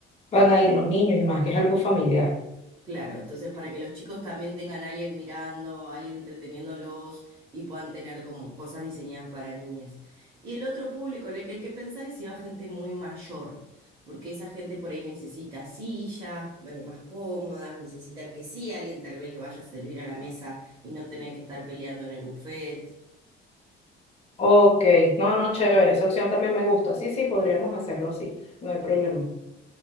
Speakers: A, on the left; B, on the right.
A: van a ir los niños y más que es algo familiar.
B: Claro, entonces para que los chicos también tengan a alguien mirando, a alguien entreteniéndolos y puedan tener como cosas diseñadas para niñas. Y el otro público en el que hay que pensar es si va gente muy mayor, porque esa gente por ahí necesita sillas eh, más cómodas, necesita que sí, alguien tal vez le vaya a servir a la mesa y no tener que estar peleando en el buffet.
A: Ok, no, no, chévere, esa opción también me gusta. Sí, sí, podríamos hacerlo así, no hay problema.